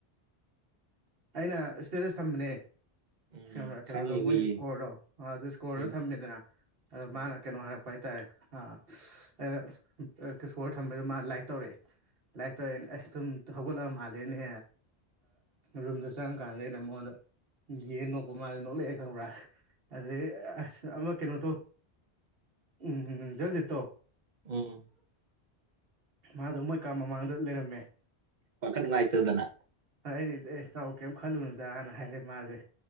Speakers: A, on the right; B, on the right.
A: ꯑꯩꯅ ꯏꯁꯇꯨꯗ ꯊꯝꯕꯅꯦ
B: ꯎꯝ
A: ꯀꯩꯅ ꯀꯩꯅꯣꯗꯣ
B: ꯈꯪꯉꯦ ꯎꯏꯌꯦ
A: ꯃꯣꯏ ꯏꯁꯀꯣꯔꯗꯣ ꯑꯗꯨ ꯏꯁꯀꯣꯔꯗꯣ
B: ꯎꯝ
A: ꯊꯝꯃꯦꯗꯅ ꯑꯣ
B: ꯎꯝ
A: ꯃꯥꯅ ꯀꯩꯅꯣ ꯍꯥꯏꯔꯛꯄ ꯄ ꯍꯥꯏꯇꯥꯔꯦ ꯑ ꯑꯩꯅ ꯀꯤꯁꯀꯣꯔ ꯊꯝꯕꯗꯨ ꯃꯥ ꯂꯥꯏꯛ ꯇꯧꯔꯛꯑꯦ ꯂꯥꯏꯔꯤꯛꯛꯇꯅꯦ ꯑꯗꯨꯝ ꯍꯧꯒꯠꯂꯑ ꯃꯥꯜꯂꯦꯅꯦ ꯔꯨꯝꯗ ꯆꯪꯉꯀꯥꯟꯗ ꯑꯩꯅ ꯃꯉꯣꯟꯗ ꯌꯦꯟ ꯅꯣꯛꯄ ꯃꯥꯗ ꯅꯣꯛꯂꯛꯑꯦ ꯈꯪꯕ꯭ꯔꯥ ꯑꯗꯩ ꯑꯁ ꯑꯃ ꯀꯩꯅꯣꯗꯣ ꯎꯝ ꯖꯜꯗꯤꯞꯇꯣ
B: ꯎꯝ
A: ꯃꯥꯗꯣ ꯃꯣꯏꯀꯥ ꯃꯃꯥꯡꯗ ꯂꯩꯔꯝꯃꯦ
B: ꯋꯥꯈꯅ ꯉꯥꯏꯇꯗꯅ
A: ꯐꯔꯅꯦꯗꯤ ꯑꯦ ꯇꯧ ꯀꯔꯤꯝ ꯈꯜꯂꯨꯅꯨꯗꯅ ꯍꯥꯏꯔꯦ ꯃꯥꯁꯦ